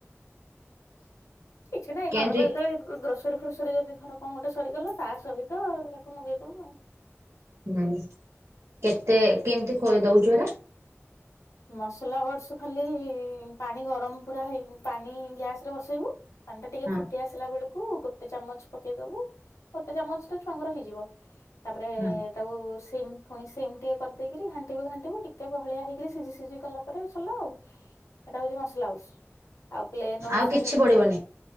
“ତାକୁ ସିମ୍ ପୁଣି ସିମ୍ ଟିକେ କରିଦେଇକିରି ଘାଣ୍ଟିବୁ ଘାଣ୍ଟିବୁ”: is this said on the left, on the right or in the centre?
Left